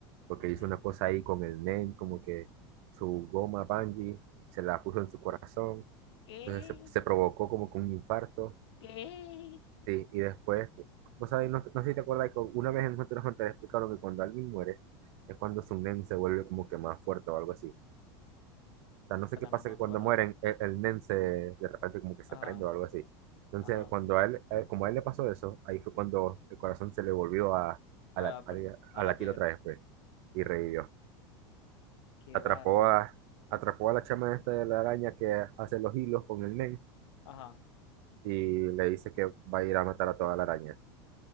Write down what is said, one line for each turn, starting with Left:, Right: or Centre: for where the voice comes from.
Right: porque
Left: Ujú.
Right: hizo una cosa ahí con el Nen como que su goma Bungie se la puso en su corazón,
Left: ¿Qué?
Right: entonces se, se provocó como con un infarto,
Left: ¿Qué?
Right: sí, y después, vos sabés, no, no sé si te acuerdas que una vez en Hunter x Hunter explicaron que cuando alguien muere, es cuando su Nen se vuelve como que más fuerte o algo así. O sea, no sé qué pasa
Left: no me
Right: que
Left: acuerdo.
Right: cuando mueren, el, el NEM se, de repente como que se
Left: Ajá,
Right: prende o algo así. Entonces,
Left: ajá.
Right: cuando a él, a él- como a él le pasó eso, ahí fue cuando el corazón se le volvió a, a, la-
Left: A la,
Right: a,
Left: per- a
Right: a latir
Left: la tierra.
Right: otra vez, pues, y revivió.
Left: Qué
Right: atrapó
Left: bárbaro.
Right: a, atrapó a la chama esta de la araña que hace los hilos con el men
Left: Ajá.
Right: y le dice que va a ir a matar a toda la araña.